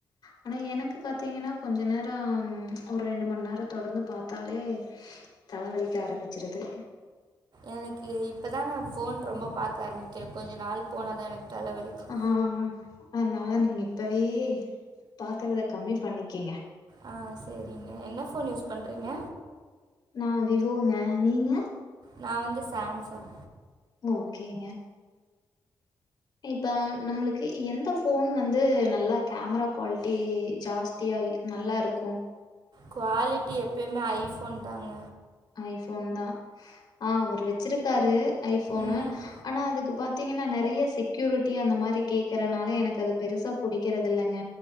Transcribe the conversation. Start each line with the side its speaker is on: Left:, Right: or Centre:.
Left: ஆனா எனக்கு பாத்தீங்கன்னா கொஞ்ச நேரம் ஒரு ரெண்டு மணி நேரம் தொடர்ந்து பாத்தாலே தலவலிக்க ஆரம்பிச்சிருது
Right: எனக்கு இப்பதான் நான் போன் ரொம்ப பாக்க ஆரம்பிச் கொஞ்சம் நாள் போனா தான் எனக்கு தலவலிக்கும்
Left: ஆ அதனால நீங்க இப்பவே பாக்குறத கம்மி பண்ணிக்கீங்க
Right: ஆஹ் சேரிங்க என்ன போன் யூஸ் பண்றீங்க
Left: நான் விவோங்க நீங்க
Right: நான் வந்து சாம்சன்
Left: ஓகேங்க இப்ப நம்மளுக்கு எந்த போன் வந்து நல்லா கேமரா குவாலிட்டி ஜாஸ்தியா நல்லா இருக்கும்
Right: குவாலிட்டி எப்பயுமே ஐ ஃபோ போன் தாங்க
Left: ஐபோன் தான் ஆஹ் அவுரு வச்சிருக்காரு ஐபோனு
Right: ம்
Left: ஆனா அதுக்கு பாத் பாத்தீங்கன்னா நெறய செக்யூரிட்டி அந்த மாரி கேக்குறனால எனக்கு அது பெருசா புடிக்கறது இல்லங்க